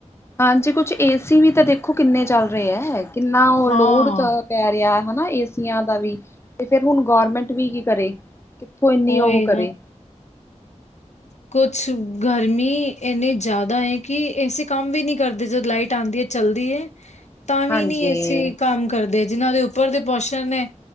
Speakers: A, on the left; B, on the left.
A: ਹਾਂਜੀ, ਕੁਛ ਏਸੀ ਵੀ ਤਾਂ ਦੇਖੋ ਕਿੰਨੇ, ਚੱਲ ਰਹੇ ਆ ਕਿੰਨਾ ਉਹ
B: ਹਾਂ
A: ਲੋਡ ਪੈ ਰਿਹਾ ਹਨਾ, ਏਸੀਆਂ ਦਾ ਵੀ ਤੇ ਫਿਰ ਹੁਣ, ਗੌਰਮੈਂਟ ਵੀ ਕੀ ਕਰੇ ਕਿੱਥੋਂ, ਇੰਨੀ
B: ਉਹੀ
A: ਉਹ ਕਰੇ
B: ਕੁਛ ਗਰਮੀ ਇੰਨੀ, ਜ਼ਿਆਦਾ ਹੈ ਕਿ ਏਸੀ ਕੰਮ ਵੀ ਨਈ, ਕਰਦੇ ਜਦੋਂ ਲਾਈਟ, ਆਉਂਦੀ ਹੈ ਚੱਲਦੀ ਹੈ।
A: <unintelligible>
B: ਤਾਂ ਵੀ
A: ਹਾਂਜੀ
B: ਨਈ ਏ ਸੀ, ਕੰਮ ਕਰਦੇ ਜਿਨਾਂ ਦੇ ਉੱਪਰ ਦੇ ਪੋਸ਼ਣ ਨੇ,